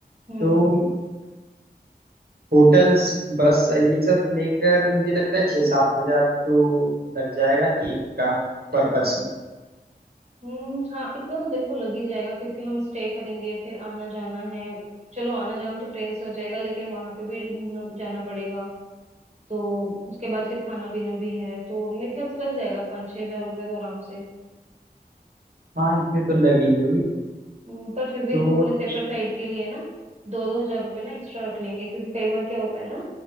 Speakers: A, on the right (about 40°); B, on the right (about 70°).
A: हम्म
B: तो होटल्स बस ये सब लेकर मुझे लगता है छः सात हजार तो लग जाएगा एक का पर पर्सन
A: हम्म हाँ इतना तो देखो लग ही जाएगा क्योंकि हम स्टे करेंगे फिर आना जाना है चलो आना जाना तो ट्रेन से हो जाएगा लेकिन वहां पे भी घूमना जाना पड़ेगा तो उसके बाद फिर खाना पीना भी है तो मेरे ख्याल से लग जाएगा पाँच छह हजार रुपये तो आराम से
B: हाँ इतने तो लगेंगे ही।
A: हम्म, पर फिर भी
B: तो
A: हम अपने सेफर
B: एक
A: साइड के लिए ना दो दो हजार रुपये ना एक्स्ट्रा रख लेंगे क्योंकि कई बार क्या होता है ना